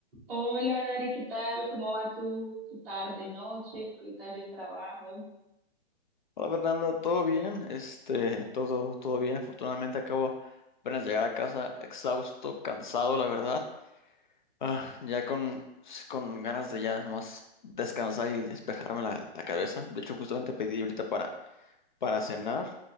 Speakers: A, in the centre; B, on the left.
A: Hola Dari, ¿qué tal? ¿Cómo va tu, tu tarde, noche? ¿Qué tal el trabajo?
B: Hola Fernando, ¿todo bien? Este, todo, todo bien. Afortunadamente acabo apenas de llegar a casa exhausto, cansado, la verdad. Ah, ya con, con ganas de ya nomás descansar y despejarme la, la cabeza. De hecho, justamente pedí ahorita para, para cenar,